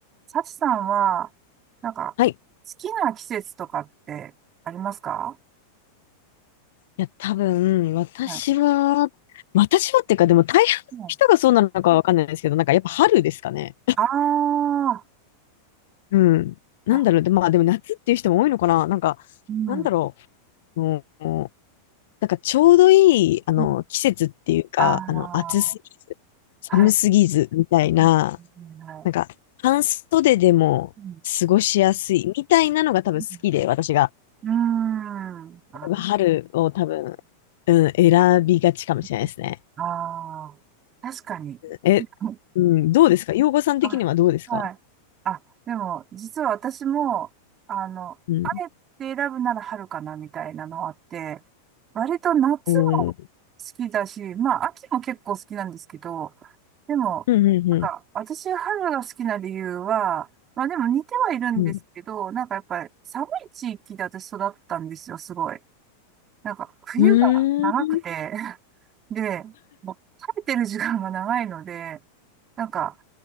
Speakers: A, on the right; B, on the left.
A: サチさんは、なんか、
B: はい。い
A: 好きな季節とかってありますか
B: や、多分、私は、
A: はい。
B: 私はっていうか、でも大半の人がそうなのかわかんないですけど、
A: うん
B: なんかやっぱ春ですかね。
A: ああ
B: うん。なんだろう、
A: ー、あ、
B: で、まあでも夏っていう人も多いのかな。なんか、
A: うん。
B: なんだろう、もう、なんかちょうどいい、あの、
A: うん
B: 季節っていうか、
A: あ
B: あの、暑すぎず、寒すぎず、
A: あ、はい。
B: みたいな、
A: はい。は
B: なんか、半袖でも過ごしやすい、
A: い。うん。
B: みたいなのが多分好きで、
A: うん。
B: 私が。
A: うーんあー、
B: 春を多分、
A: う
B: うん、選びがちかもしれないですね。
A: んあー、確かに。
B: え、
A: <laughs>
B: うん、どうですか洋子さん的にはどうですか
A: あ、はい。あ、でも、実は私も、あの、
B: うん。
A: あえて選ぶなら春かな、みたいなのあって、割と夏も好
B: おー
A: きだし、まあ、秋も結構好きなんですけど、でも、
B: うん、うん、
A: なんか、
B: うん。
A: 私が春が好きな理由は、まあでも似てはいるんですけど、
B: う
A: なんかやっぱり寒い地域で私育ったんですよ、すごい。なんか、冬が長くて
B: ん。うーん。
A: で、もう食べてる時間が長いので、なんか、